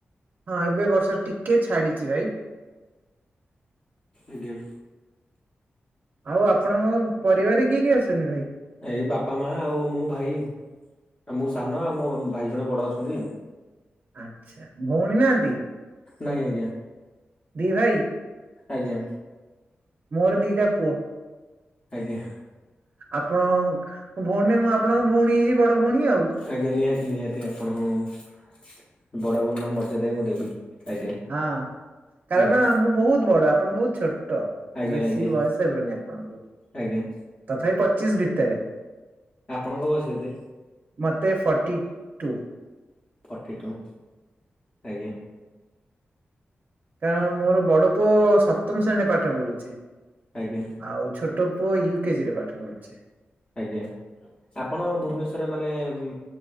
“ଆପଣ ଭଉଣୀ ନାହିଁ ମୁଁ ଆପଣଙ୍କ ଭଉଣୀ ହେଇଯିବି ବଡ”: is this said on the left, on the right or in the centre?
Right